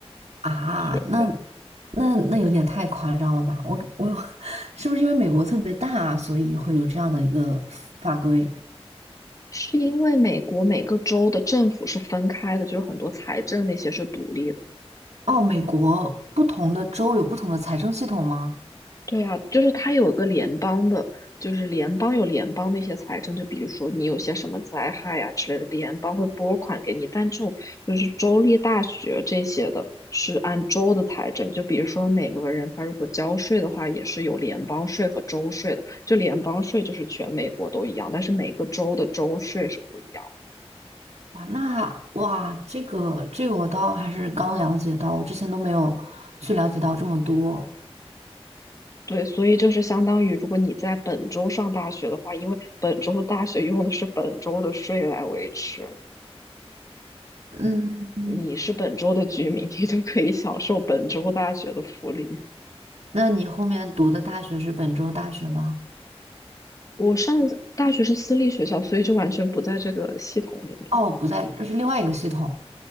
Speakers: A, on the right; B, on the left.
A: 啊，
B: 学费。
A: 那那那有点太夸张了吧？我我 <laughs> 是不是因为美国特别大，所以会有这样的一个法规？
B: 是因为美国每个州的政府是分开的，就是很多财政那些是独立的。
A: 哦，美国不同的州有不同的财政系统吗？
B: 对啊，就是它有一个联邦的，就是联邦有联邦那些财政，就比如说你有些什么灾害啊之类的，联邦会拨款给你。但这种就是州立大学这些的，是按州的财政。就比如说美国人他如果交税的话，也是有联邦税和州税的。就联邦税就是全美国都一样，但是每个州的州税是不一样的。
A: 哇，那哇，这个这个我倒还是刚了解到，我之前都没有去了解到这么多。
B: 对，所以就是相当于，如果你在本州上大学的话，因为本州的大学用的是本州的税来维持，
A: 嗯嗯，
B: 你是本州的居民，你就可以享受本州大学的福利。
A: 那你后面读的大学是本州大学吗？
B: 我上大学是私立学校，所以就完全不在这个系统里面。
A: 哦，不在，这是另外一个系统。